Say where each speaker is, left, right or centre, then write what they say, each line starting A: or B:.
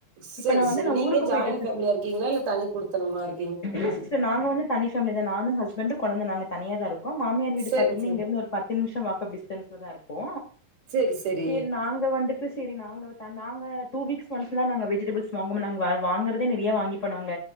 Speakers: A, on the right; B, on the left.
A: செரி
B: இப்ப நா வந்து
A: செரி
B: நா
A: நீங்க
B: ஊருக்கு
A: ஜாயின்
B: போயிட்டே
A: ஃபேமிலியா
B: சிஸ்டர்
A: இருக்கீங்களா இல்ல தனி குடுத்தனமா இரு
B: இல்ல சிஸ்டர் நாங்க வந்து தனி ஃபேமிலிதா நானு ஹஸ்பண்ட் கொழந்த நாங்க தனியாதா இருக்கோ மாமியார் வீடு
A: செரி
B: பாத்தீங்கனா
A: செரி
B: இங்க இருந்து ஒரு பத்து நிமிஷ வாக்அப் டிஸ்டன்ஸ்லதா இருக்கு
A: செரி செரி
B: சேரி நாங்க வந்துட் இப்ப சேரி நாங்க தன் நாங்க டூ வீக்ஸ் ஒன்ஸ்தா நாங்க வெஜிடபுள்ஸ் வாங்குவோமே நாங்க வா வாங்குறதே நெறைய வாங்கிப்போ நாங்க